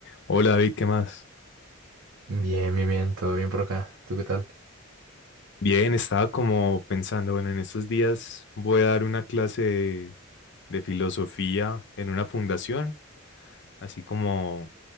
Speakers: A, on the left; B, on the right.
A: Hola David, ¿qué más?
B: Bien, bien, bien, todo bien por acá. ¿Tú qué tal?
A: Bien, estaba como pensando, bueno, en estos días voy a dar una clase de, de filosofía en una fundación, así como